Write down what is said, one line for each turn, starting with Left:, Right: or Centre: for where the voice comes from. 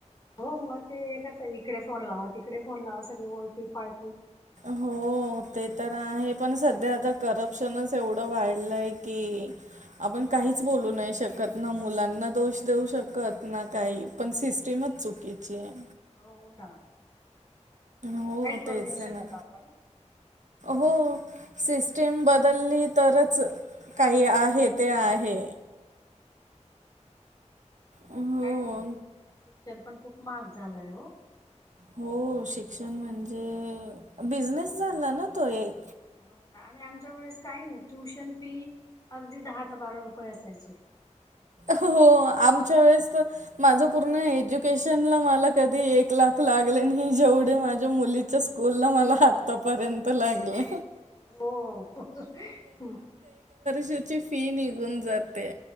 Left: हो मग ते कस इकडे फोन लावा, तिकडे फोन लावा सगळी ओळखी पाळ.
Right: हो ते तर हाये पण सध्या आता. करप्शनच एवढं वाढलं आहे की
Left: हो
Right: आपण काहीच
Left: ना
Right: बोलू नाही शक ना मुलांना दोष देऊ शकत. त ना काही पण सिस्टीमच. चुकीची आहे.
Left: हो हो ना.
Right: हो
Left: काही करू
Right: तेच
Left: नाही शकत
Right: आहे ना
Left: आपण.
Right: हो. सिस्टीम बद्दली. तरच काही आहे ते आहे.
Left: हम्म.
Right: हो
Left: काय करणार आता शिक्षण पण खूप महाग झालाय हो.
Right: हो शिक्षण म्हणजे बिझनेस झाला ना तो एक.
Left: हो ना आणि आमच्या वेळेस काही नाही ट्युशन फी अगदी दहा ते बारा रुपये असायचे.
Right: हो आमच्या
Left: हो
Right: वेळेस तर माझं. पूर्ण एज्युकेशनला मला कधी एक लाख लागले नाही जेवढे माझ्या मुलीच्या स्कूलला मला आत्तापर्यंत लागले.
Left: हो हो.
Right: ती ची फी निघून जाते.